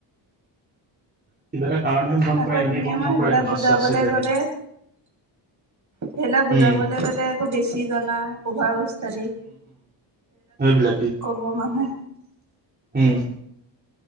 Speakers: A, on the right (about 20°); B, on the right (about 40°).
A: কিবা এটা কাৰণহে বন্ধ
B: আকৌ
A: কৰে এনেই
B: তুমিয়ে
A: বন্ধ
B: মই
A: নকৰেটো
B: সেইবিলাক
A: মাছ
B: বুজাবলে
A: চাছ সেইবিলাকে
B: গলে। সেইবিলাক বুজাবলে
A: উম
B: গলে আকৌ বেছি জনা উভাৰ উষ্টাদি
A: সেইবিলাক কি?
B: ক'ব মানে।
A: উম!